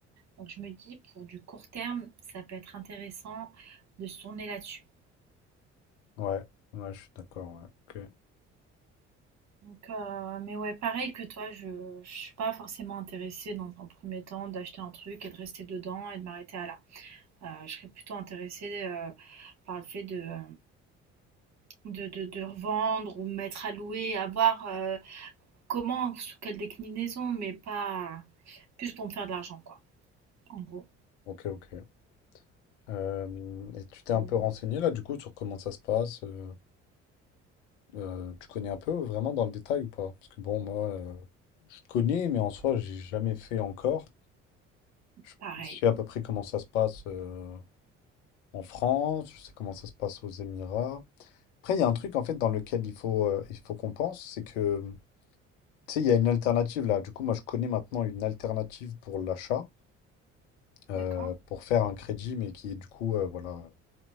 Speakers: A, on the right; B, on the left.
A: Donc, je me dis, pour du court terme, ça peut être intéressant de se tourner là-dessus.
B: Ouais, ouais, je suis d'accord, ouais.
A: Donc, euh, mais ouais, pareil que toi, je ne suis pas forcément intéressée dans un premier temps d'acheter un truc et de rester dedans et de m'arrêter à là. Euh, je serais plutôt intéressée euh, par le fait de. euh, De de de revendre ou mettre à louer, à voir, heu, comment, sous quelle déclinaison, mais pas plus pour me faire de l'argent quoi, en gros.
B: Ok, ok, ok. Euh, et tu t'es un
A: Mmh,
B: peu renseigné là, du coup, sur comment ça se passe? euh, euh, tu connais un peu vraiment dans le détail ou pas? Parce que bon, moi, euh, je connais, mais en soi, j'ai jamais fait encore. Je
A: pareil.
B: je sais à peu près comment ça se passe euh, en France, je sais comment ça se passe aux Émirats. Après, il y a un truc en fait dans lequel il faut, euh, il faut qu'on pense, c'est que tu sais, il y a une alternative là. Du coup, moi je connais maintenant une alternative pour l'achat, euh,
A: D'accord.
B: pour faire un crédit, mais qui est du coup, euh, voilà,